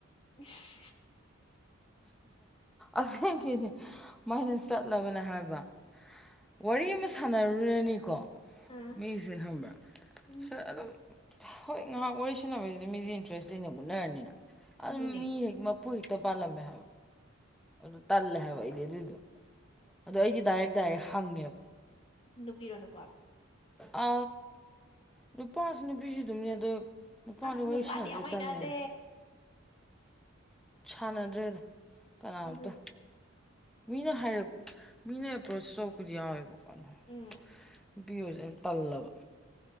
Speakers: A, on the left (about 30°); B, in the centre.
A: ꯏꯁ꯫
B: ꯑꯁꯦꯡꯒꯤꯅꯦ ꯃꯥꯏꯅꯁ ꯆꯠꯂꯕꯅꯦ ꯍꯥꯏꯕ꯫ ꯋꯥꯔꯤ ꯑꯃ ꯁꯥꯟꯅꯔꯨꯔꯅꯤꯀꯣ
A: ꯑꯥ
B: ꯃꯤꯁꯦ ꯈꯪꯕ꯭ꯔꯥ
A: ꯎꯝ
B: ꯁ ꯑꯗꯨꯝ ꯍꯣꯏ ꯉꯥꯏꯍꯥꯛ ꯋꯥꯔꯤ ꯁꯥꯟꯅꯕꯁꯦ ꯃꯤꯁꯤꯦ ꯏꯟꯇꯔꯦꯁꯇꯤꯅꯦ ꯃꯨꯠꯅꯔꯅꯤꯅ ꯑꯗꯨꯝ
A: ꯑꯗꯨꯅꯦ
B: ꯃꯤ ꯍꯦꯛ ꯄꯨꯨꯏꯣ ꯄꯜꯂꯝꯃꯦ ꯑꯗꯨ ꯇꯜꯂꯦ ꯍꯥꯏꯕ ꯑꯩꯗꯤ ꯑꯗꯨꯏꯗꯣ ꯑꯗꯣ ꯑꯩꯗꯤ ꯗꯥꯏꯔꯦꯛ ꯗꯥꯏꯔꯦꯛ ꯍꯪꯉꯦꯕ꯫
A: ꯅꯨꯄꯤꯔꯣ ꯅꯨꯄꯥꯔꯣ꯫
B: ꯑ ꯅꯨꯄꯥꯁꯨ ꯅꯨꯄꯤꯁꯨ ꯑꯗꯨꯝꯅꯤ ꯑꯗꯣ ꯅꯨꯄꯥꯗ
A: ꯑꯁ
B: ꯋꯥꯔꯤ
A: ꯅꯨꯄꯥꯗꯤ
B: ꯁꯅꯕꯁꯦ
A: ꯌꯥꯝ ꯍꯩꯅꯗꯦ
B: ꯇꯜꯂꯦꯅ ꯁꯥꯟꯅꯗ꯭ꯔꯦꯗ ꯀꯅꯥꯝꯇ꯫
A: ꯑꯗꯨ
B: ꯃꯤꯅ ꯍꯥꯏꯔꯛ ꯃꯤꯅ ꯑꯦꯄ꯭ꯔꯣꯁ ꯇꯧꯕꯄꯗꯤ ꯌꯥꯎꯋꯦꯕꯀꯣꯟꯗ
A: ꯎꯝ
B: ꯅꯨꯄꯤ ꯑꯣꯏꯁꯦ ꯌꯥꯝ ꯇꯜꯂꯕ